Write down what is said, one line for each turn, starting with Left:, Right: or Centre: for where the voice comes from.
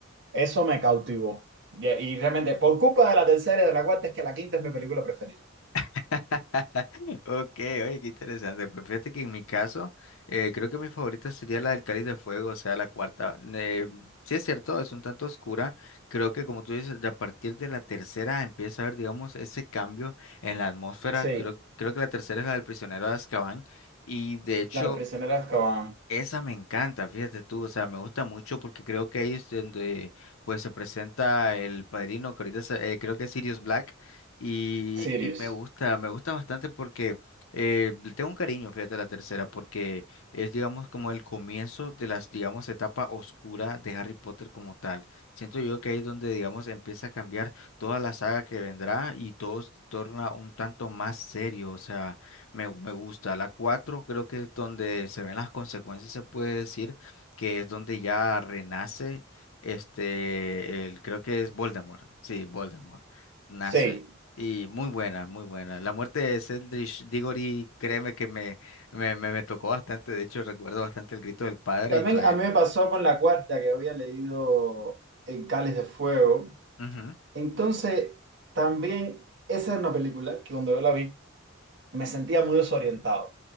Right: eso me cautivó. Y, y realmente, por culpa de la tercera y de la cuarta, es que la quinta es mi película preferida.
Left: <laughs> Ok, oye, qué interesante. Pues fíjate que en mi caso, eh, creo que mi favorita sería la del Cáliz de Fuego, o sea, la cuarta. Eh, sí es cierto, es un tanto oscura. Creo que como tú dices, de a partir de la tercera empieza a haber, digamos, ese cambio en la atmósfera.
Right: Sí,
Left: Creo, creo que la tercera es la del prisionero de Azkaban. Y de hecho,
Right: La prisionera de Azkaban,
Left: Esa me encanta, fíjate tú, o sea, me gusta mucho porque creo que ahí es donde pues se presenta el padrino, que ahorita se- eh, creo que es Sirius Black, y,
Right: Sirius.
Left: y me gusta, me gusta bastante porque eh, le tengo un cariño, fíjate, a la tercera, porque es, digamos, como el comienzo de las, digamos, etapa oscura de Harry Potter como tal. Siento yo que ahí es donde, digamos, empieza a cambiar toda la saga que vendrá y todo se torna un tanto más serio, o sea... Me, me gusta. La 4 creo que es donde se ven las consecuencias, se puede decir, que es donde ya renace este, el, creo que es Voldemort. Sí, Voldemort. Nace.
Right: Sí.
Left: Y muy buena, muy buena. La muerte de Cedric Diggory, créeme que me, me, me, me tocó bastante. De hecho, recuerdo bastante el grito del padre
Right: También
Left: y todavía.
Right: a mí me pasó con la cuarta, que había leído El Cáliz de Fuego.
Left: Ujú,
Right: Entonces, también esa es una película que cuando yo la vi, me sentía muy desorientado,